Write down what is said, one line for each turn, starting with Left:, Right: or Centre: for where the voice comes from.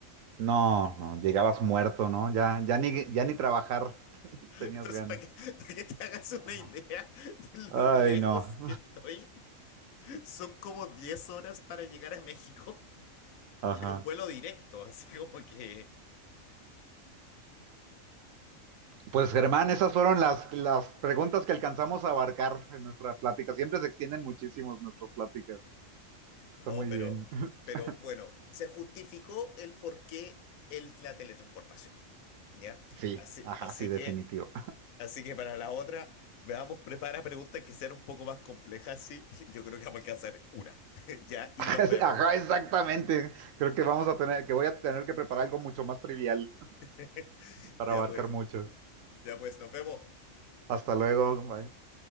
Right: No, no, llegabas muerto, ¿no? Ya, ya ni, ya ni trabajar <laughs>
Left: <laughs>
Right: tenías
Left: Entonces,
Right: ganas.
Left: para que, para que te hagas una
Right: Ajá.
Left: idea de
Right: Ay,
Left: lo lejos
Right: no.
Left: que estoy Son como 10 horas para llegar a México
Right: Ajá.
Left: y en un vuelo directo, así como que...
Right: Pues Germán, esas fueron las, las preguntas que alcanzamos a abarcar en nuestra plática. Siempre se extienden muchísimo nuestras pláticas. Está
Left: No,
Right: muy
Left: pero,
Right: bien. <laughs>
Left: pero bueno, se justificó el por qué el- la teletransportación, ¿ya?
Right: Sí,
Left: Así,
Right: ajá,
Left: así
Right: sí, definitivo.
Left: que, así que para la otra, veamos, prepara preguntas que sean un poco más complejas, sí. <laughs> Yo creo que vamos a alcanzar una, <laughs> ¿ya? Y
Right: <laughs>
Left: nos vemos.
Right: Ajá, exactamente. Creo que vamos a tener, que voy a tener que preparar algo mucho más trivial
Left: <laughs>
Right: para
Left: Ya
Right: abarcar
Left: pues,
Right: muchos.
Left: ya pues, nos vemos.
Right: Hasta luego. bye.